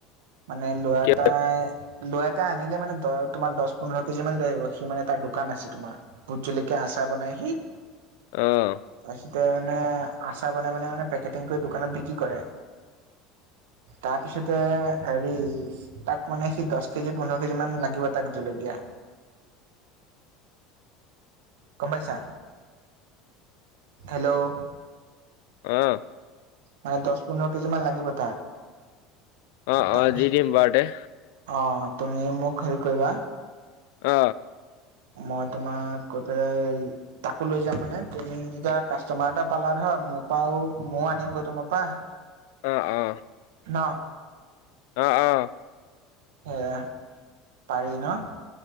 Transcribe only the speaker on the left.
কিয়
অ।
অ।
অ
অ দি দিম বাৰুতে।
অ।
অঁ অঁ
অঁ অঁ।